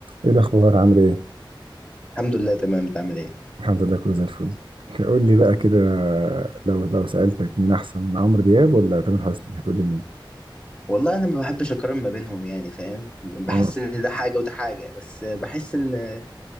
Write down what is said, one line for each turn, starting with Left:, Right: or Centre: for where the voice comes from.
Right: ايه الاخبار عامل ايه
Left: الحمد لله تمام انت عامل ايه
Right: الحمد لله كله زي الفل قول لي بقى كده لو لو سالتك مين احسن عمرو دياب ولا تامر حسني هتقول لي مين
Left: والله انا ما بحبش اقارن ما بينهم يعني فاهم بحس
Right: امم
Left: ان ده حاجه وده حاجه بس بحس ان